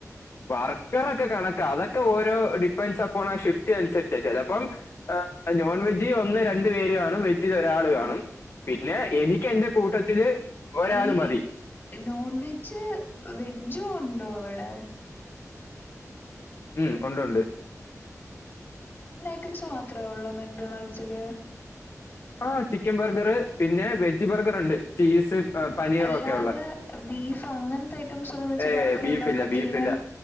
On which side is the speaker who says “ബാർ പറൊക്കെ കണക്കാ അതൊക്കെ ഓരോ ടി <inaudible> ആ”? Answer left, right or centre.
Left